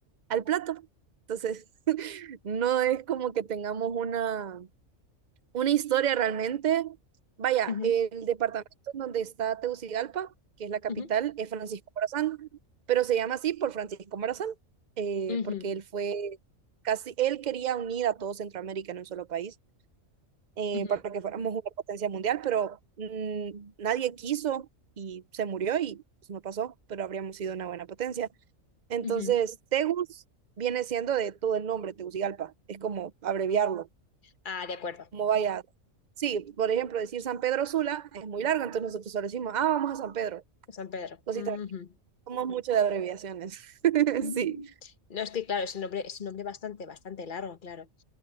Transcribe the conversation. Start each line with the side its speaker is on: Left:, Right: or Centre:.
Right: al plato. Entonces, <laughs> no es como que tengamos una una historia realmente. Vaya,
Left: ujú,
Right: el departamento en donde está Tegucigalpa, que es la capital,
Left: ujú,
Right: es Francisco Morazán, pero se llama así por Francisco Morazán, eh,
Left: ujú,
Right: porque él fue casi, él quería unir a todo Centroamérica en un solo país eh,
Left: ujú,
Right: para que fuéramos una potencia mundial, pero mm, nadie quiso y se murió y pues, no pasó, pero habríamos sido una buena potencia. Entonces,
Left: ujú.
Right: Tegus viene siendo de todo el nombre, Tegucigalpa, es como abreviarlo.
Left: Ah, de acuerdo.
Right: Cómo vaya. Sí, por ejemplo, decir San Pedro Sula es muy largo, entonces nosotros solo decimos, ah, vamos a San Pedro.
Left: de San Pedro.
Right: Cosita,
Left: Ujú.
Right: somos mucho de abreviaciones. <laughs>
Left: Mm.
Right: Sí,
Left: No, es que claro, es un nombre, es un nombre bastante, bastante largo, claro.